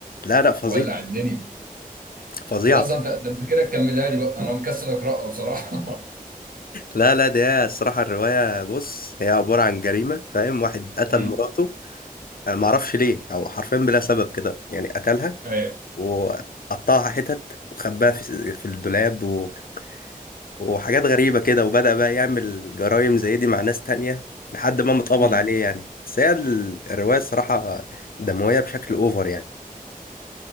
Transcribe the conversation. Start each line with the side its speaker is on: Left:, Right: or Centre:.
Left: لا لا فظيعة
Right: ولع الدنيا
Left: فظيعة
Right: خلاص ده انت ده انت كده تكملها لي بقى انا مكسل اقرأها بصراحة
Left: لا لا ده الصراحة الرواية بص هي عبارة عن جريمة فاهم واحد
Right: <laughs>
Left: قتل
Right: امم
Left: مراته أنا معرفش ليه أو حرفيا بلا سبب كده يعني قتلها
Right: ايوه
Left: وقطعها حتت وخباها في, في الدولاب و... وحاجات غريبة كده وبدأ بقى يعمل جرائم زي دي مع ناس تانية لحد ما متقبض
Right: امم
Left: عليه يعني بس هي ال- الرواية الصراحة دموية بشكل أوفر يعني